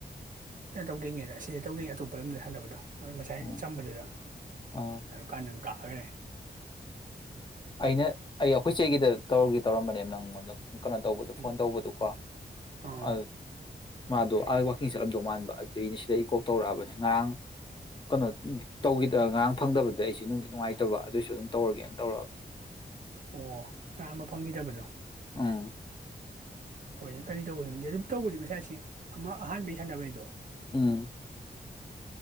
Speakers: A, on the right; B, on the left.
A: ꯀꯩꯅꯣ ꯇꯧꯗꯣꯏꯉꯦꯗ ꯁꯤꯁꯦ ꯇꯧꯗꯣꯏ ꯑꯇꯣꯞꯄ ꯂꯝꯗ ꯁꯥꯟꯅꯕꯗꯣ ꯃꯣꯏ ꯉꯁꯥꯏ
B: ꯎꯝ
A: ꯆꯝꯕꯗꯨꯗ
B: ꯑꯥ
A: ꯌꯥꯝ ꯀꯥꯟꯅ ꯀꯥꯔꯦ
B: ꯑꯩꯅ ꯑꯩ ꯑꯩꯈꯣꯏ ꯆꯩꯒꯤꯗ ꯇꯧꯔꯒ ꯇꯧꯔꯝꯕꯅꯦ ꯅꯪꯉꯣꯟꯗ ꯀꯩꯅꯣ ꯇꯧꯕꯗꯣ ꯐꯣꯟ
A: ꯎꯝ
B: ꯇꯧꯕꯗꯨꯀꯣ
A: ꯑꯥ
B: ꯑꯗꯨ ꯃꯥꯗꯣ ꯑ ꯋꯥꯛꯀꯤꯡ ꯆꯠꯂꯝꯗꯧ ꯃꯥꯟꯕ ꯑꯗꯨꯏꯅꯦ ꯁꯤꯗ ꯑꯩ ꯀꯣꯛ ꯇꯧꯔꯛꯑꯕꯅꯤ ꯉꯔꯥꯡ ꯀꯩꯅꯣ ꯇꯧꯈꯤꯗ ꯉꯔꯥꯡ ꯐꯪꯗꯕꯗ ꯑꯩꯁꯨ ꯅꯨꯡꯗꯤ ꯅꯨꯡꯉꯥꯏꯇꯕ ꯑꯗꯨꯑꯣꯏꯁꯨ ꯑꯗꯨꯝ ꯇꯧꯔꯒꯦꯅ ꯇꯧꯔꯛꯑꯕꯅꯤ
A: ꯑꯣ ꯀꯌꯥꯝꯕ ꯐꯪꯈꯤꯗꯕꯗꯣ
B: ꯎꯝ
A: ꯍꯣꯏꯅꯦ ꯀꯔꯤ ꯇꯧꯕꯩꯅꫭ ꯈꯪꯗꯦ ꯑꯗꯨ ꯇꯧꯕꯗꯤ ꯉꯁꯥꯏ ꯑꯁꯤ ꯑꯃ ꯑꯍꯥꯟꯕꯩ ꯁꯥꯟꯅꯕꯩꯗꯣ
B: ꯎꯝ